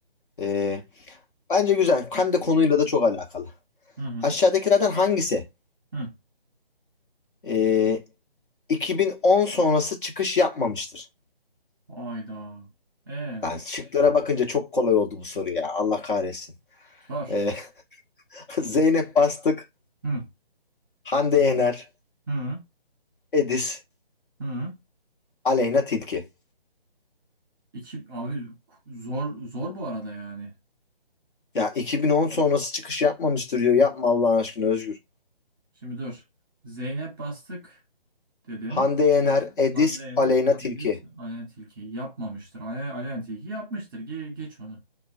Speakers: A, on the left; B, on the right.
A: e, bence güzel. Hem de konuyla da çok alakalı.
B: Hı hı.
A: Aşağıdakilerden hangisi
B: Hı.
A: e, 2010 sonrası çıkış yapmamıştır?
B: Hayda. E,
A: Ben şıklara bakınca çok kolay oldu bu soru ya. Allah kahretsin.
B: sor.
A: E, <laughs> Zeynep Bastık,
B: Hı
A: Hande Yener,
B: hı
A: Edis,
B: hı.
A: Aleyna Tilki.
B: İki abi zor zor bu arada yani.
A: Ya 2010 sonrası çıkış yapmamıştır diyor. Yapma Allah'ın aşkına Özgür.
B: Şimdi dur. Zeynep bastık dedin.
A: Hande Yener, Edis,
B: Hande Yener
A: Aleyna
B: Ediz
A: Tilki.
B: Ayhan Tilki'yi yapmamıştır. Ay Ayhan Tilki yapmıştır. Ge- geç onu.